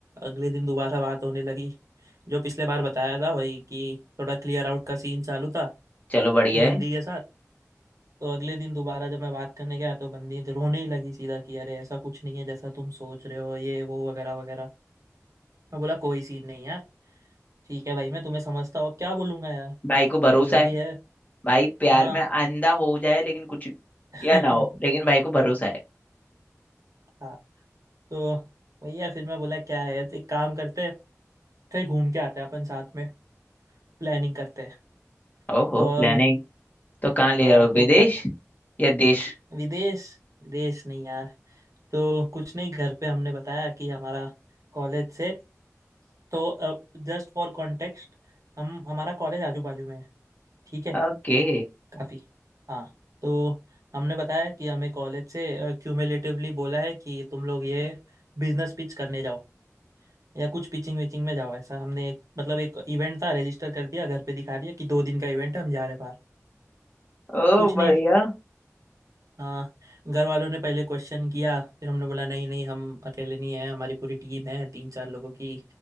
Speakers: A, on the right; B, on the left.
A: अगले दिन दोबारा बात होने लगी जो पिछले बार बताया था वही कि थोड़ा क्लियर आउट का सीन चालू था
B: चलो बढ़िया
A: बंदी
B: है
A: के साथ तो अगले दिन दोबारा जब मैं बात करने गया तो बंदी तो रोने ही लगी सीधा कि अरे ऐसा कुछ नहीं है जैसा तुम सोच रहे हो ये वो वगैरह वगैरह मैं बोला कोई सीन नहीं यार ठीक है भाई मैं तुम्हें समझता हूँ अब क्या बोलूंगा यार
B: भाई को भरोसा
A: जो
B: है
A: भी है
B: भाई प्यार
A: हाँ
B: में अंधा हो जाए लेकिन कुछ
A: <laughs>
B: या ना हो लेकिन भाई को भरोसा है
A: हाँ तो भैया फिर मैं बोला क्या है तो एक काम करते हैं कहीं घूम के आते हैं अपन साथ में प्लानिंग करते हैं
B: ओहो
A: तो
B: प्लानिंग
A: अब
B: तो कहाँ ले
A: हाँ
B: रहे हो
A: तो
B: विदेश
A: प्ला
B: या देश
A: विदेश विदेश नहीं यार तो कुछ नहीं घर पे हमने बताया कि हमारा कॉलेज से तो जस्ट फॉर कॉन्टेक्स्ट हम हमारा कॉलेज आजू बाजू में है ठीक है
B: ओके
A: काफी हाँ तो हमने बताया कि हमें कॉलेज से क्यूमुलेटिवली बोला है कि तुम लोग ये बिजनेस पिच करने जाओ या कुछ पिचिंग विचिंग में जाओ ऐसा हमने एक मतलब एक इवेंट था रजिस्टर कर दिया घर पे दिखा दिया कि दो दिन का इवेंट है हम जा रहे हैं बाहर
B: ओ
A: कुछ
B: बढ़िया
A: नहीं हाँ घर वालों ने पहले क्वेश्चन किया फिर हमने बोला नहीं नहीं हम अकेले नहीं हैं हमारी पूरी टीम है तीन चार लोगों की